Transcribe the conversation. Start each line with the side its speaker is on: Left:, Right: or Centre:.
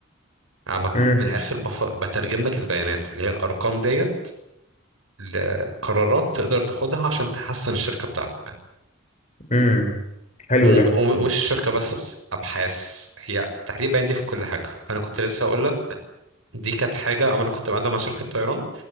Right: أنا ب-
Left: امم
Right: من الاخر بف... بترجم لك البيانات اللي هي الارقام ديت لقرارات تقدر تاخدها عشان تحسن الشركه بتاعتك
Left: امم حلو
Right: مو-
Left: ده
Right: وم- مش الشركه بس ابحاث هي تحليل بيان دي في كل حاجه فانا كنت لسه اقول لك دي كانت حاجه اما انا كنت بقدم مع شركه طيران